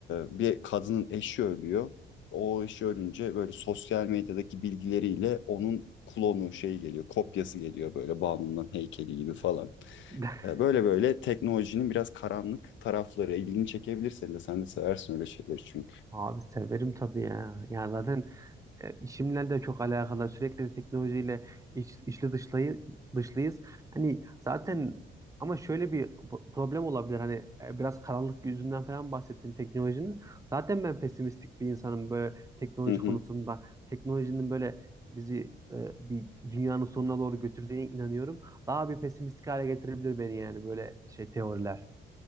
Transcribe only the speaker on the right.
<laughs>
Abi severim tabii ya. Yani zaten e, işimle de çok alakalı. Sürekli de teknolojiyle iç, içli dışlayı, dışlıyız. Hani zaten ama şöyle bir p- problem olabilir. Hani e, biraz karanlık yüzünden falan bahsettin teknolojinin. Zaten ben pesimistik bir insanım böyle teknoloji
konusunda. Teknolojinin böyle bizi e, bir dünyanın sonuna doğru götürdüğüne inanıyorum. Daha bir pesimistik hale getirebilir beni yani böyle şey teoriler.